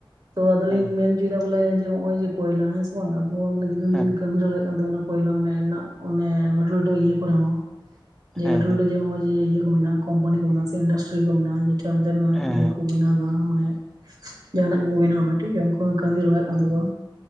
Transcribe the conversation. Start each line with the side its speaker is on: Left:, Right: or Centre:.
Right: ᱛᱚ ᱟᱫᱚ
Centre: ᱦᱮᱸ
Right: ᱞᱤᱧ ᱢᱮᱱ ᱚᱪᱚᱭᱫᱟ ᱵᱚᱞᱮ ᱡᱮ ᱦᱚᱸᱜᱼᱚᱭ ᱡᱮ ᱠᱚᱭᱞᱟ, ᱦᱮᱸ ᱥᱮ? ᱵᱟᱝ ᱟᱵᱚ ᱢᱟᱱᱮ ᱫᱤᱱᱟᱹᱢ
Centre: ᱦᱮᱸ
Right: ᱫᱤᱱ ᱠᱟᱹᱢᱤ ᱨᱮ ᱞᱟᱜᱟᱜ ᱠᱟᱱ ᱛᱟᱵᱚᱱᱟ ᱠᱚᱭᱞᱟ ᱢᱟᱱᱮ ᱢᱮᱱᱟᱜ ᱚᱱᱮ ᱞᱟᱴᱷᱩ ᱞᱟᱹᱴᱷᱩ ᱤᱭᱟᱹ ᱠᱚᱨᱮ ᱦᱚᱸ ᱡᱮ
Centre: ᱦᱮᱸ
Right: ᱞᱟᱴᱩᱷ
Centre: ᱦᱮᱸ
Right: ᱞᱟᱹᱴᱩ ᱡᱮ ᱱᱚᱜᱚᱭ ᱡᱮ ᱤᱭᱟᱹ ᱠᱚ ᱢᱮᱱᱟᱜ ᱠᱳᱢᱯᱟᱱᱤ ᱠᱚ ᱢᱮᱱᱟᱜ-ᱟ ᱥᱮ ᱤᱱᱰᱟᱥᱴᱨᱤ ᱠᱚ ᱢᱮᱱᱟᱜᱼᱟ ᱡᱮᱴᱟ ᱟᱱᱛᱮᱱᱟᱜ
Centre: ᱦᱮᱸ
Right: ᱤᱭᱟᱹ
Centre: ᱦᱮᱸ
Right: ᱠᱚ ᱵᱮᱱᱟᱣ ᱫᱟ ᱢᱟᱱᱮ, ᱡᱟᱦᱟᱸᱱᱟᱜ ᱠᱚᱠᱚ ᱵᱮᱱᱟᱣ ᱫᱟ ᱴᱷᱤᱠ ᱜᱮᱭᱟ ᱩᱱᱠᱩ ᱦᱚᱸ ᱠᱟᱹᱢᱤ ᱨᱮ ᱞᱟᱜᱟᱜ ᱠᱟᱱ ᱛᱟᱠᱚᱣᱟ᱾